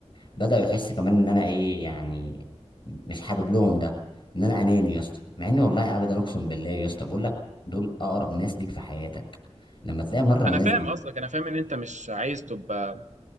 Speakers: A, on the left (about 40°); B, on the right (about 80°).
A: بداوا يحس كمان ان انا ايه يعني مش حابب لهم ده ان انا اناني يا اسطى مع اني والله ابدا اقسم بالله يا اسطى بقول لك دول اقرب ناس ليك في حياتك لما تلاقي مره الناس
B: انا فاهم
A: دي
B: قصدك انا فاهم ان انت مش عايز تبقى